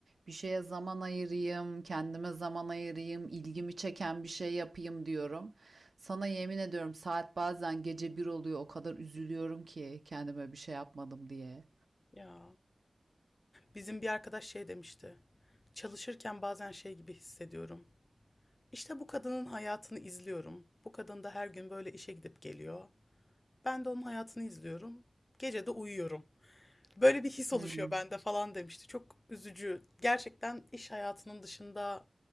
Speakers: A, on the right; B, on the left.
A: bir şeye zaman ayırayım, kendime zaman ayırayım, ilgimi çeken bir şey yapayım diyorum. Sana yemin ediyorum saat bazen gece bir oluyor, o kadar üzülüyorum ki kendime bir şey yapmadım diye.
B: Ya bizim bir arkadaş şey demişti. Çalışırken bazen şey gibi hissediyorum. İşte bu kadının hayatını izliyorum. Bu kadın da her gün böyle işe gidip geliyor. Ben de onun hayatını izliyorum. Gece de uyuyorum. Böyle bir his oluşuyor
A: Hı.
B: bende falan demişti. Çok üzücü. Gerçekten iş hayatının dışında